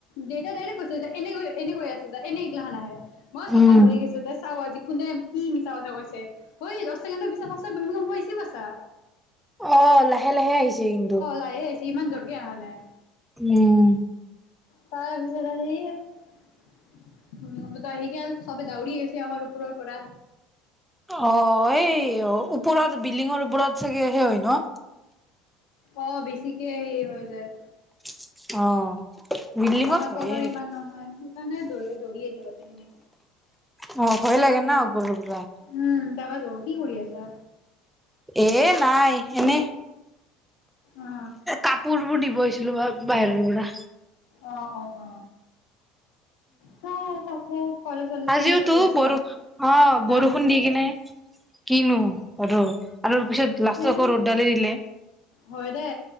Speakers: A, on the left; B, in the centre.
A: দেউতাই ডাইৰেক্ট কৈছে যে এনে এনেকৈ আছে যে এনে এগলা নাহে মই
B: উম,
A: চখত বহি গৈছো তা চাও আজি কোনে কি মিছা কথা কৈছে দহ ছেকেণ্ডৰ পিছত সঁচা ভুমিকম্প ৰিচিভ আছে
B: অ লাহে লাহে আহিছে কিন্তু
A: লাহে আহিছে ইমান জৰকে অহা নাই
B: উম
A: তাৰ পিছত আহি ভূমি আহি গ'ল চবে দাউৰি আহিছে আমাৰ ওপৰৰ পৰা
B: অ এই ওপৰত বিল্ডিঙৰ ওপৰত চাগে সেয়া হয় ন
A: অ বেছিকে হে হৈ যায়
B: অ বিল্ডিঙত
A: আমাৰ
B: হয়ে
A: তলৰ ইমান নহয় সেইকাৰণে দৌৰি দৌৰি যাব যেনে
B: অ ভয় লাগে না ওপৰৰ পৰা
A: উম যাবা যাব কি কৰি আছা
B: এ নাই এনেই
A: অ
B: কাপোৰ বোৰ দিব আহিছিলো বাৰু বাহিৰৰ পৰা
A: অ অ অ চাই তাকে কলেজ চলেজ
B: আজিওতো
A: কেনে চলি আছে
B: বৰষুণ অ
A: হা
B: বৰষুণ দি কিনে কিনো আৰু আৰু পিছত লাষ্টত
A: এ
B: আকৌ ৰ'দডালি দিলে।
A: হয় দে